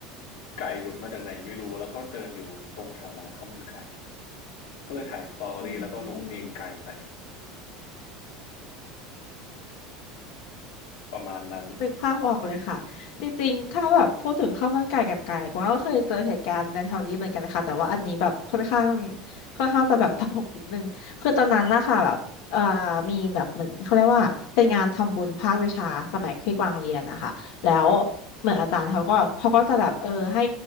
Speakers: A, on the left; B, on the left.
A: ไก่หลุดมาจากไหนไม่รู้ แล้วก็เดินอยู่ตรงแถวร้านข้าวมันไก่ก็เลยถ่ายสตอรี่แล้วก็ลงเพลงไก่ไป
B: อืม
A: ประมาณนั้น
B: นึกภาพออกเลยค่ะจริงๆถ้าแบบพูดถึงข้าวมันไก่กับไก่กวางก็เคยเจอเหตุการณ์ในแถวนี้เหมือนกันค่ะแต่ว่าอันนี้แบบค่อนข้างค่อนข้างจะแบบตลกนิดนึงคือตอนนั้นนะคะแบบเอ่อมีแบบเหมือนเขาเรียกว่าเป็นงานทำบุญภาควิชาสมัยที่กวางเรียนนะคะแล้ว
A: ครับ
B: เหมือนอาจารย์เขาก็เขาก็จะแบบเออให้